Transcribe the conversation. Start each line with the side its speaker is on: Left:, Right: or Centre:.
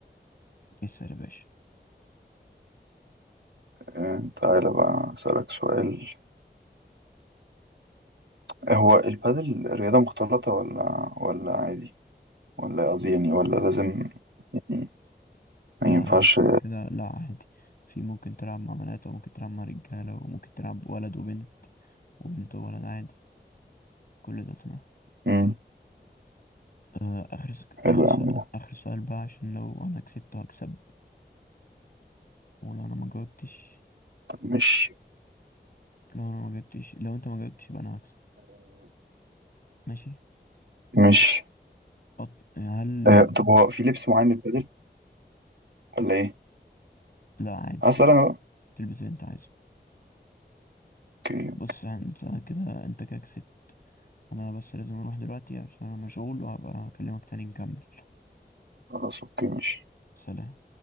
Left: اسأل يا باشا
Right: آه، تعالى بقى أسألك سؤال هو البادل رياضة مختلطة ولا ولا عادي ولا قصدي يعني ولا لازم يعني ما
Left: لا
Right: ينفعش
Left: كده كده لا عادي في ممكن تلعب مع بنات وممكن تلعب مع رجالة وممكن تلعب ولد وبنت وبنت وولد عادي كل ده تمام
Right: مم.
Left: آه، آخر س-
Right: حلو
Left: آخر سؤال
Right: يا عم ده
Left: آخر سؤال بقى عشان لو أنا كسبت هكسب ولو أنا ما جاوبتش
Right: طب مش
Left: لو أنا ما جاوبتش لو أنت ما جاوبتش يبقى أنا هكسب ماشي
Right: مش
Left: أط... هل
Right: آه طب هو في لبس معين للبادل ولا إيه؟
Left: لا عادي
Right: هسأل
Left: تلبس
Right: أنا بقى
Left: تلبس اللي انت عايزه
Right: أوكي
Left: بص انت كده انت كده كسبت انا بس لازم اروح دلوقتي عشان انا مشغول وهبقى اكلمك تاني نكمل
Right: خلاص أوكي ماشي
Left: سلام